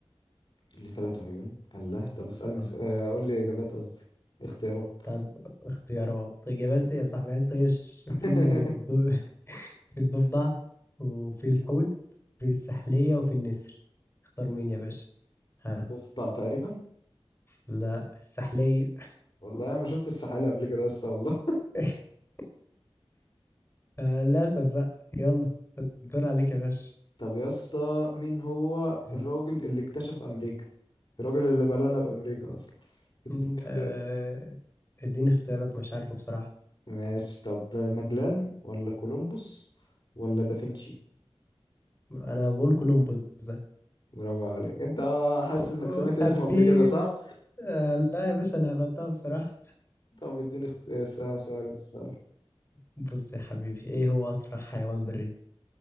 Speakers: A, on the left (about 45°); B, on the left (about 25°).
A: ليه تلات عيون الله طب اسالني
B: آه،
A: سؤال آه، قول لي اجابات قصدي اختيارات
B: طب اختيارات إجابات إيه يا صاحبي عايز تغش
A: <laughs>
B: في الض... <laughs> في الضفدع وفي الحوت في السحلية وفي النسر اختار مين يا باشا ها
A: ضفدع تقريبا
B: لا السحلية
A: والله انا ما شفت السحالي قبل كده لسه والله
B: <laughs> آه، للأسف بقى يلا الدور عليك يا باشا
A: طب يا اسطى مين هو
B: <clears throat>
A: الراجل اللي اكتشف امريكا الراجل اللي بلانا بامريكا اصلا اديني
B: انت
A: اختيار
B: آه، اديني اختيارات مش عارفه بصراحة
A: ماشي طب ماجلان ولا كولومبوس ولا دافنشي
B: انا بقول كولومبوس ده
A: برافو عليك انت حاسس
B: أوه،
A: انك سمعت اسمه
B: حبيت
A: قبل كده صح
B: آه، لا يا باشا انا هبتها بصراحة
A: طب اديني اخت... آه، س- سؤال اسال
B: بص يا حبيبي ايه هو اسرع حيوان بري